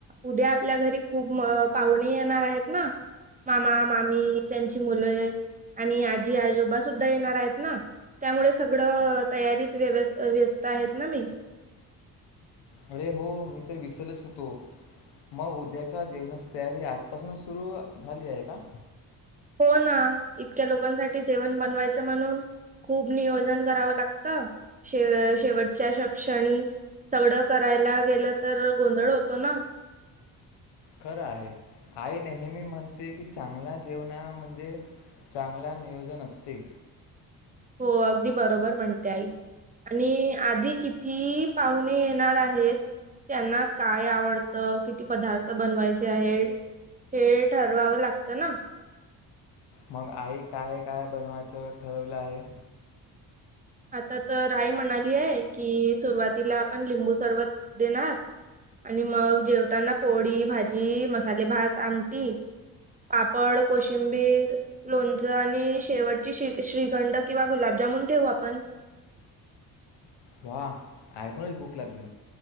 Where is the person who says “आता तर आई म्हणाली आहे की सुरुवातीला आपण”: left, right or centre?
Right